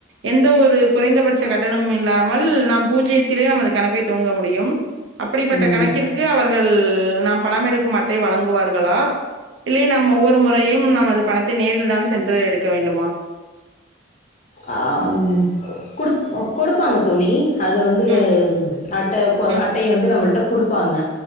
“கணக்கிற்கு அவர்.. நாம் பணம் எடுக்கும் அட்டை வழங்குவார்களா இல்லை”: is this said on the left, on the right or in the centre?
Right